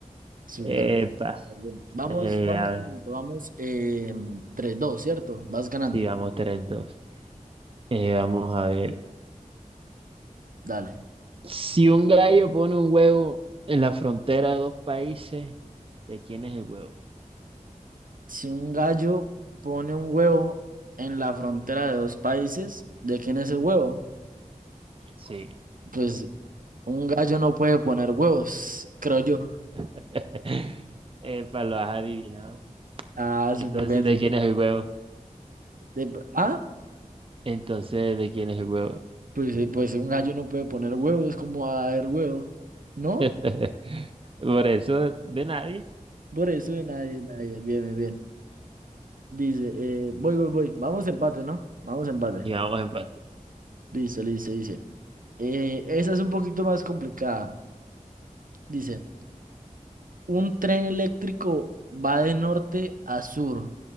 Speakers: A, on the right (about 80°); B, on the right (about 40°).
A: Súper
B: epa,
A: bien. súper bien. Vamos,
B: eh,
A: vamos
B: a ver.
A: pronto, vamos eh, 3-2, ¿cierto? Vas ganando.
B: Sí, vamos tres dos Eh, vamos a ver.
A: Dale.
B: Si un gallo pone un huevo en la frontera de dos países, ¿de quién es el huevo?
A: Si un gallo pone un huevo en la frontera de dos países, ¿de quién es el huevo?
B: Sí.
A: Pues un gallo no puede poner huevos, creo yo.
B: <laughs> Epa, lo has adivinado.
A: Ah,
B: Entonces,
A: súper bien,
B: ¿de
A: súper
B: quién
A: bien.
B: es el huevo?
A: De- ah,
B: Entonces, ¿de quién es el huevo?
A: pues, eh, pues un gallo no puede poner huevos, ¿cómo va a haber huevos? ¿No?
B: <laughs> Por eso, de nadie.
A: Por eso de nadie, nadie. Bien, bien, bien. Dice, eh, voy, voy, voy. Vamos empate, ¿no? Vamos empate.
B: Sigamos empate.
A: Listo, listo, dice. Eh, esa es un poquito más complicada. Dice. Un tren eléctrico va de norte a sur